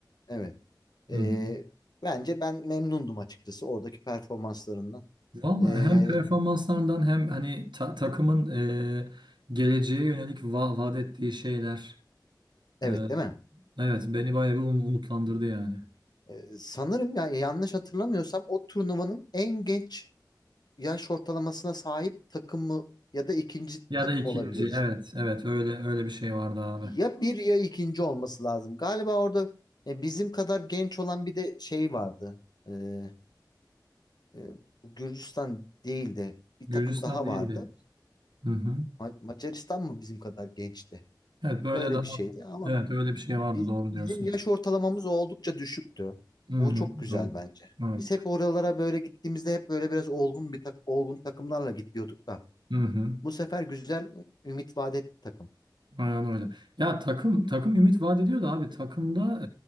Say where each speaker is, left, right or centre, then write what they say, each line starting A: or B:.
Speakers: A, on the left; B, on the right.
A: Evet. Ee,
B: Hı hı.
A: bence ben memnundum açıkçası oradaki performanslarından.
B: Vallahi
A: Ee,
B: hem performanslarından hem hani ta- takımın e, geleceğe yönelik va- vaat ettiği şeyler
A: evet
B: e,
A: değil mi?
B: evet beni bayağı bir um- umutlandırdı yani.
A: Ee, sanırım ya yanlış hatırlamıyorsam o turnuvanın en genç yaş ortalamasına sahip takımı ya da ikinci
B: Ya
A: takım
B: da ikinci
A: olabiliriz.
B: evet evet öyle öyle bir şey vardı abi.
A: Ya bir ya ikinci olması lazım. Galiba orada e, bizim kadar genç olan bir de şey vardı. Ee, e, bu Gürcistan değil de bir
B: Gürcistan
A: takım daha
B: değildi.
A: vardı.
B: Hı hı.
A: Ma- Macaristan mı bizim kadar gençti?
B: Evet böyle
A: Öyle
B: daha
A: bir şeydi ama
B: evet öyle bir şey vardı
A: Biz-
B: doğru
A: bizim
B: diyorsun.
A: yaş ortalamamız oldukça düşüktü.
B: Hı hı.
A: Bu çok güzel
B: Evet.
A: bence.
B: Evet.
A: Biz hep oralara böyle gittiğimizde hep böyle biraz olgun bir tak olgun takımlarla gidiyorduk da
B: Hı hı.
A: bu sefer güzel ümit vaat etti takım.
B: Aynen öyle. Ya takım takım ümit vaat ediyor da abi takımda